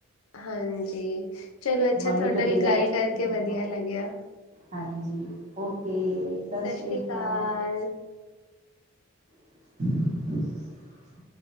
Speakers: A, on the left (about 65°); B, on the right (about 35°).
A: ਹਾਂਜੀ, ਚਲੋ ਅੱਛਾ
B: ਮੈਨੂੰ
A: ਥੋਡੇ
B: ਤੇ
A: ਨਾਲ
B: ਬਈਆ
A: ਗੱਲ ਕਰਕੇ
B: ਹਾਂ
A: ਵਧੀਆ ਲਗਿਆ।
B: ਹਾਂਜੀ, ਓਕੇ ਸਸ
A: ਸਤਿ ਸ਼੍ਰੀ
B: ਸ੍ਰੀਕਾਲ।
A: ਅਕਾਲ।
B: <inaudible>